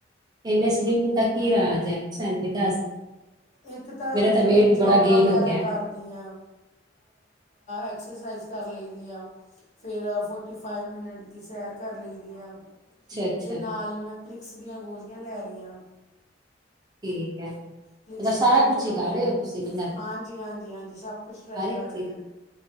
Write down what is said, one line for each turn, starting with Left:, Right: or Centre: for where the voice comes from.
Right: ਇੰਨੇ ਸਲਿਮ ਦਾ ਕੀ ਰਾਜ ਅੇ ਸਾਨੂੰ ਵੀ ਦੱਸ
Left: ਇੱਕ ਤਾਂ
Right: ਮੇਰਾ
Left: ਜੀ ਮੈਂ ਯੋਗਾ
Right: ਬੜਾ ਗੇਨ
Left: ਵਗੈਰਾ
Right: ਹੋ ਗਿਆ
Left: ਕਰ ਦੀਆਂ ਐਕਸਰਸਾਈਜ਼ ਕਰ ਲਈ ਦੀ ਆ। ਫੇਰ ਫੋਟੀ ਫਾਈਵ ਮਿੰਨਟ ਦੀ ਸੈਰ ਕਰ ਲਈਦੀ ਆ।
Right: ਅੱਛਾ ਅੱਛਾ
Left: ਫਿਰ ਨਾਲ ਨੂੰ ਮੈਂ ਪਲਿਕਸ ਦੀਆਂ ਗੋਲੀਆਂ ਲੈ ਰਹੀ ਆਂ।
Right: ਠੀਕ ਹੈ।
Left: ਪਲਿਕਸ
Right: ਮਤਲਬ ਸਾਰਾ
Left: ਦੀਆਂ ਗੋਲੀਆਂ
Right: ਕੁਛ ਹੀ ਕਰ ਰਹੇ ਹੋ ਤੁਸੀਂ ਮਤਲਬ
Left: ਹਾਂਜੀ- ਹਾਂਜੀ- ਹਾਂਜੀ ਸਭ ਕੁਛ ਟਰਾਈ
Right: ਹਰ
Left: ਕਰ
Right: ਇੱਕ
Left: ਰਹੀ
Right: ਚੀਜ਼
Left: ਹਾਂ।